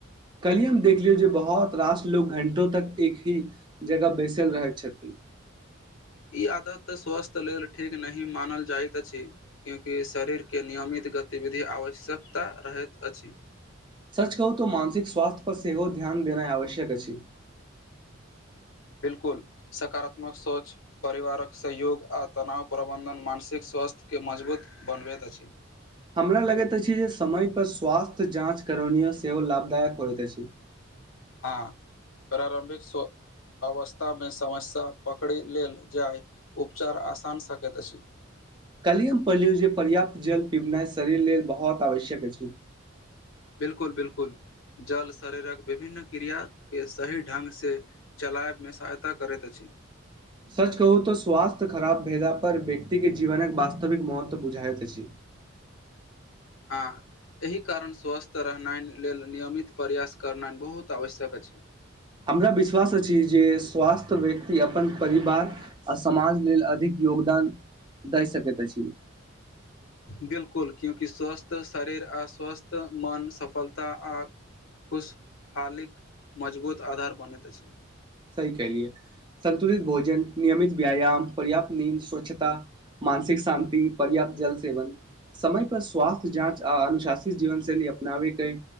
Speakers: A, on the right (about 25°); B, on the left (about 80°).
A: कल्हि हम देखलियौ जे बहुत रास लोग घंटो तक एक ही जगह बैसल रहैत छथिन
B: <inaudible> ई आदत स्वास्थय लेल ठीक नहि मानल जाइत अछि क्यँकि शरीरके नियमित गतिविधि आवश्यकता रहैत अछि
A: सच कहू त मानसिक स्वास्थ्य पर सेहो ध्यान देनाइ आवश्यक अछि
B: बिलकुल सकारात्मक सोच परिवारक सहयोग आ तनाव प्रबन्धन मानसिक स्वास्थय के मजबूत बनबैत अछि
A: हमरा लगैत अछि जे समय पर स्वास्थय जाँच करौनिय सेहो लाभदायक होइत अछि
B: हँ प्रारम्भिक स्व अवस्थामे समस्या पकड़ि लेल जाय उपचार आसान सकैत अछि
A: कल्हि हम पढ़लियो जे पर्याप्त जल पिबनाइ शरीर लेल बहुत आवश्यक अछि
B: बिलकुल बिलकुल जल शरीरक विभिन्न क्रिया के सही ढंग से चल लाइफमे सहायता करैत अछि
A: सच कहू त स्वास्थय खराब भेला पर व्यक्ति के जीवन वास्तविक महत्व बुझाइत अछि
B: हँ एहि कारण स्वस्थ रहनाइ लेल नियमित प्रयास करनाइ बहुत आवश्यक अछि
A: हमरा विश्वास अछि जे स्वास्थय व्यक्ति अपन परिवार आ समाज लेल अधिक योग दान दए सकैत अछि
B: बिलकुल क्यँकि स्वस्थ शरीर आ स्वस्थ मन सफलता आ खुशहालीक मजबूत आधार बनैत अछि
A: केलिय संनतुलित भोजन नियमित व्यायाम पर्याप्त नींद स्वच्छता मानसिक शान्ति पर्याप्त जल सेवन समय पर स्वास्थय जाँच अनुशासित जीवन शैली अपनावेके